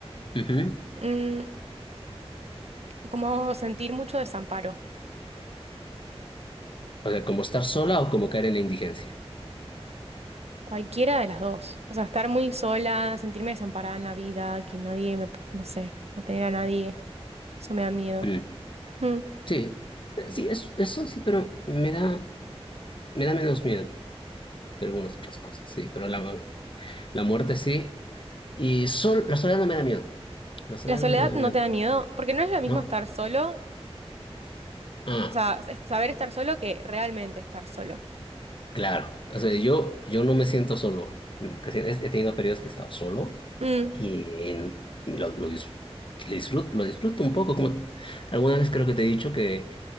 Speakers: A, on the left (about 50°); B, on the right (about 75°).
A: Ujú.
B: mm, como sentir mucho desamparo,
A: O sea, como estar sola o como caer en la indigencia.
B: cualquiera de las dos. O sea, estar muy sola, sentirme desamparada en la vida, que nadie me, no sé, no tener a nadie, eso me da miedo.
A: Mm,
B: Mm.
A: Sí, Eh, sí, es- eso sí, pero me da, me da menos miedo que algunas otras cosas, sí, pero la, la muerte sí. Y sol, la soledad no me da miedo. La soledad
B: La soledad
A: no me da miedo,
B: no te da miedo, porque no es lo mismo
A: ¿no?
B: estar solo, o
A: Ah.
B: sea, es saber estar solo que realmente estar solo.
A: Claro, o sea, yo, yo no me siento solo. Casi- He he tenido periodos que he estado solo
B: Mm,
A: y en- lo, lo dis- disfruto, lo disfruto un poco. Como alguna vez creo que te he dicho que